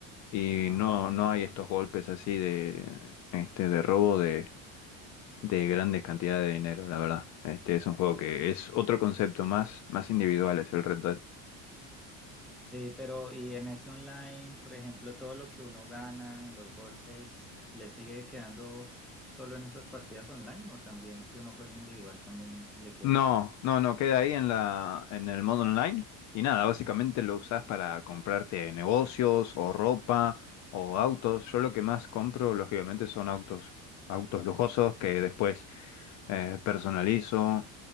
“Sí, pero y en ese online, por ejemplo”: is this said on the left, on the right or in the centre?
Centre